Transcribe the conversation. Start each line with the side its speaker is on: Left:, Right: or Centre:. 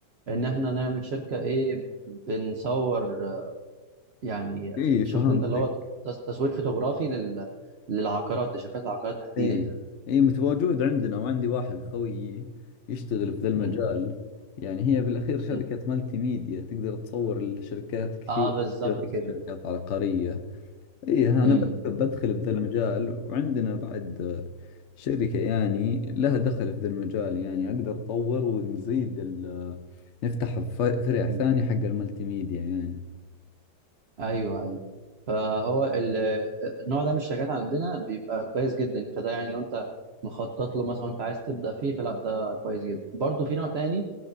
Right: ان احنا نعمل شركه ايه بنصور آه، يعني
Left: إي
Right: شفت
Left: فهمتك
Right: انت اللي هو تص- تصوير فوتوغرافي لل للعقارات لشركات العقارات تحديدا
Left: إي
Right: يعني
Left: إي متواجد عندنا وعندي واحد خويي يشتغل في ذا المجال
Right: امم
Left: يعني هي بالأخير شركة
Right: امم
Left: مالتي ميديا تقدر تصور الشركات كثير
Right: اه بالظبط
Left: بس
Right: كده
Left: شركات عقارية إي ها،
Right: امم
Left: أنا ب- بدخل بذا المجال وعندنا بعد آه، شركة يعني لها دخل في ذا المجال يعني أقدر أطور ونزيد ال- آه، نفتح ف- فرع ثاني
Right: مم.
Left: حق المالتي ميديا يعني
Right: ايوه ايوه فهو ال- النوع ده من الشركات عندنا بيبقى كويس جدا فده يعني لو انت مخطط له مثلا وانت عايز تبدا فيه فلا ده كويس جدا برضو في نوع تاني